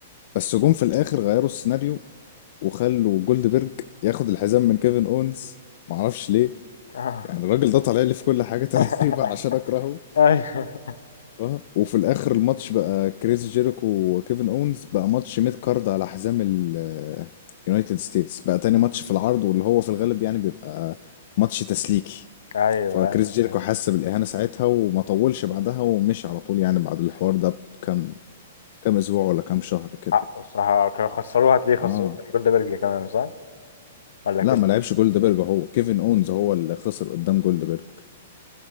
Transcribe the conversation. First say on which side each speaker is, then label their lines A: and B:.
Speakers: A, on the left; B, on the left.
A: بس جم في الاخر غيروا السيناريو وخلوا جولدبرج ياخد الحزام من كيفن اونز معرفش ليه
B: آه.
A: يعني الراجل ده طالع لي في كل حاجة <laughs> تقريبا
B: <laughs>
A: عشان اكرهه
B: ايوه
A: اه وفي الاخر الماتش بقى كريس جيريكو وكيفن اونز بقى ماتش ميد كارد على حزام اليونايتد ستيتس بقى تاني ماتش في العرض واللي هو في الغالب يعني بيبقى ماتش تسليكي
B: ايوه
A: فكريس
B: ايوه
A: جيريكو حس بالاهانه ساعتها وما طولش بعدها ومشي على طول يعني بعد الحوار ده بكام كام اسبوع ولا كام شهر كده
B: حقه الصراحه كانوا خسروها هتلاقيه
A: اه
B: خسروه من جولدبرج كمان صح ولا
A: لا
B: كسب
A: ما لعبش جولدبرج هو كيفن اونز هو اللي خسر قدام جولدبرج